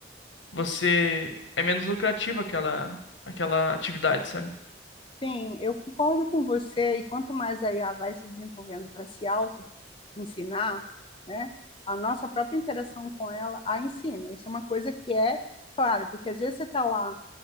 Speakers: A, on the left; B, on the left.
A: você é menos lucrativa aquela aquela atividade, sabe?
B: sim, eu concordo com você, e quanto mais a IA vai se desenvolvendo para se auto-ensinar, né, a nossa própria interação com ela a ensina. Isso é uma coisa que é, claro, porque às vezes você está lá,